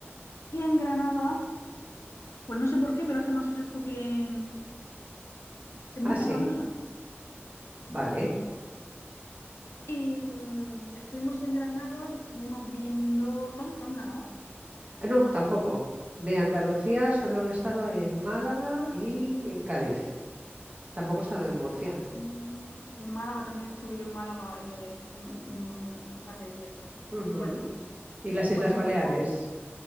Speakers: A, on the left; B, on the right.
A: Y en Granada, pues no sé por qué, pero hace más fresco que en, que en
B: Ah,
A: Murcia,
B: sí.
A: por lo menos hace.
B: Vale.
A: Y mm, estuvimos en Granada y estuvimos viendo. ¿Tú has estado en Granada?
B: Ah, No, tampoco. De Andalucía solo he estado en Málaga y en Cádiz. Tampoco he estado en Murcia.
A: Mm, en Málaga también estuve yo en Málaga eh, un, un- un par de días.
B: Ujú.
A: Bueno,
B: ¿Y las Islas
A: pues en
B: Baleares?
A: Granada.